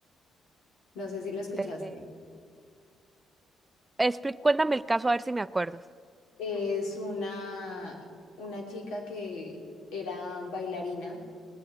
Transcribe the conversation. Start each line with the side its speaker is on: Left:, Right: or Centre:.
Left: no sé si lo escuchaste.
Right: eh, expli- cuéntame el caso a ver si me acuerdo.
Left: Es una, una chica que era bailarina